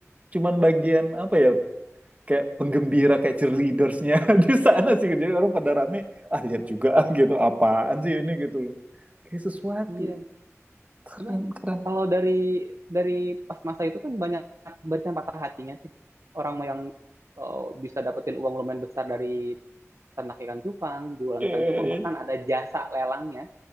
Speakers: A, on the right (about 30°); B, on the right (about 70°).
A: cuman bagian apa ya? Kayak penggembira, kayak cheerleadersnya <laughs> di sana sih. Jadi orang pada rame, ah lihat juga ah gitu, apaan sih ini gitu loh. Kayak sesuatu
B: iya.
A: keren
B: Cuman
A: keren.
B: kalau dari dari pas masa itu kan banyak barisan patah hatinya sih. Orang yang eh, bisa dapetin uang lumayan besar dari ternak ikan cupang, jualan
A: Iya
B: ikan cupang,
A: iya
B: bahkan ada jasa lelangnya